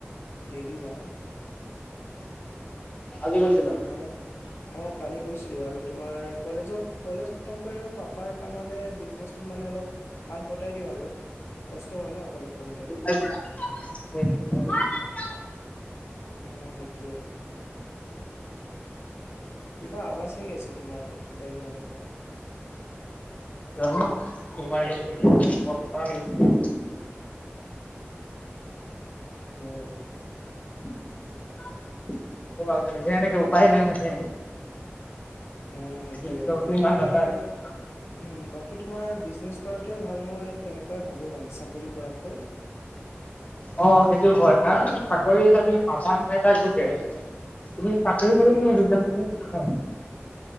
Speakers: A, on the left; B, on the left.
A: দেইলী যাওঁ।
B: আজি গৈছিলা?
A: মানে অঁ, কালি গৈছিলো আৰু তোমাৰ কলেজত কলেজ খতম কৰি আৰু পাপাৰ কামলে বিজনেচটোত মানে অলপ হাত বতাই দিওঁ আৰু কষ্ট হয় ন' অকলে কৰোনতে
B: <unintelligible>
A: অঁ সেইটোৱে। কিবা আৱাজ আহি আছে তোমাৰ, বেগগ্ৰাউণ্ডৰ পৰা
B: জানো তোমাৰ ইয়াত পট্টা <unintelligible>
A: হয় অ'
B: <unintelligible> কি ক'বা ঘেৰঘেৰাই থাকে উপায় নাই মানে।
A: অঁ সেইটোয়ে,
B: নেটৱৰ্কটো
A: বাকী
B: ইমান
A: তোমাৰ
B: নাপায়
A: হুম, বাকী তোমাৰ বিজনেছ কৰাটোৱে ভাল, মই তেনেকুৱাই ভাবোঁ মানে চাকৰি কৰাতকৈ। <inaudible>
B: অ', সেইটো হয়, কাৰণ চাকৰি এতিয়া তুমি পাবা নাই, একো গেৰেণ্টি নাই তুমি। চাকৰি
A: সেইটোয়ে
B: কৰি
A: সেইটোয়ে
B: <unintelligible> বিজনেছটোকে <unintelligible>